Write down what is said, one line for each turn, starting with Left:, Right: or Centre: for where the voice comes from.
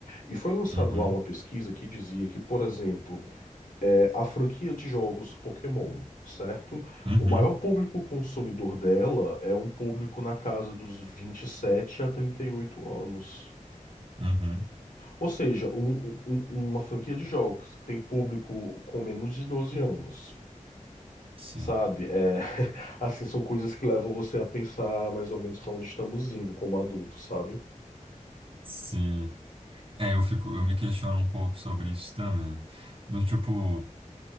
Left: E foi lançado
Right: Uhum,
Left: lá uma pesquisa que dizia que, por exemplo, é, a franquia de jogos Pokémon, certo?
Right: uhum,
Left: O maior público consumidor dela é um público na casa dos 27 a 38 anos.
Right: uhum,
Left: Ou seja, um- um- um, uma franquia de jogos que tem público com menos de 12 anos.
Right: sim.
Left: Sabe? É, <laughs> assim, são coisas que levam você a pensar mais ou menos para onde estamos indo como adultos, sabe?
Right: Sim. É, eu fico, eu me questiono um pouco sobre isso também. Do tipo,